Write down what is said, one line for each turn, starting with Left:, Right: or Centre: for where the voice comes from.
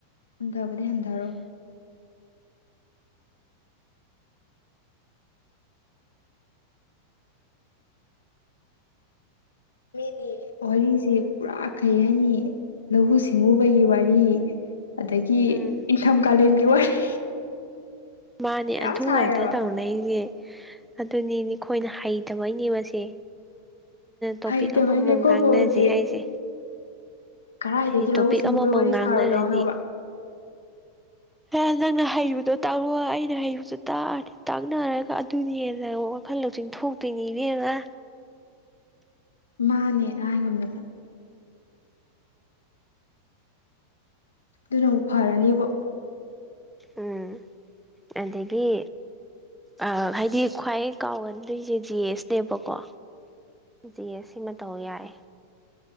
Left: ꯍꯟꯊꯕꯗꯤ ꯍꯟꯊꯔꯣꯏ ꯃꯤꯗꯤ ꯋꯥꯔꯤꯁꯦ ꯄꯨꯔꯥ ꯀꯩ ꯍꯥꯏꯅꯤ ꯂꯧꯎ ꯁꯤꯡꯎꯕꯒꯤ ꯋꯥꯔꯤ ꯑꯗꯒꯤ
Centre: ꯎꯝ
Left: ꯏꯪꯊꯝ ꯀꯥꯂꯦꯟꯒꯤ ꯋꯥꯔꯤ
Centre: ꯃꯥꯅꯦ
Left: ꯃꯌꯥꯝ
Centre: ꯑꯟꯊꯨ
Left: ꯁꯥꯏꯌꯦꯕ
Centre: ꯉꯥꯛꯇ ꯇꯧꯅꯩꯁꯦ ꯑꯗꯨꯅꯤꯅꯦ ꯑꯩꯈꯣꯏꯅ ꯍꯩꯇꯕꯩꯅꯦꯕꯁꯦ ꯇꯣꯄꯤꯛ
Left: ꯍꯩꯇꯕꯩꯅꯦ
Centre: ꯑꯃꯃꯝ
Left: ꯑꯩꯈꯣꯏꯕꯨ
Centre: ꯉꯥꯡꯅꯁꯦ
Left: ꯍꯧꯖꯤꯛ
Centre: ꯍꯥꯏꯁꯦ
Left: ꯀꯗꯥꯏꯗꯒꯤ
Centre: ꯍꯥꯏꯗꯤ ꯇꯣꯄꯤꯛ
Left: ꯂꯧꯎ ꯁꯤꯡꯎꯕꯒꯤ
Centre: ꯑꯃꯃꯝ
Left: ꯋꯥꯔꯤ
Centre: ꯉꯥꯡꯅꯔꯗꯤ
Left: ꯁꯥꯔꯨꯗꯧꯅꯣꯕ
Centre: ꯍ ꯅꯪꯅ ꯍꯩꯕꯗꯣ ꯇꯥꯛꯂꯣꯑꯣ ꯑꯩꯅ ꯍꯩꯕꯗꯣ ꯇꯥꯛꯔꯗꯤ ꯇꯥꯛꯅꯔꯒ ꯑꯗꯨꯅꯤ ꯍꯟꯅ ꯋꯥꯈꯜ ꯂꯧꯁꯤꯡꯤꯡ ꯊꯣꯛꯇꯣꯏꯅꯤꯅꯦ ꯉ
Left: ꯃꯥꯅꯦ ꯑꯩꯉꯣꯗꯨꯗ ꯑꯗꯨꯅꯕꯨ ꯐꯔꯅꯦꯕ
Centre: ꯎꯝ ꯑꯗꯒꯤ ꯑ ꯍꯥꯏꯗꯤ ꯈ꯭ꯋꯥꯏ ꯀꯥꯎꯒꯟꯗꯣꯏꯁꯦ ꯖꯤꯦ ꯑꯦꯁꯅꯦꯕꯀꯣ ꯖꯤ ꯑꯦ ꯁꯤꯃ ꯇꯧ ꯌꯥꯏ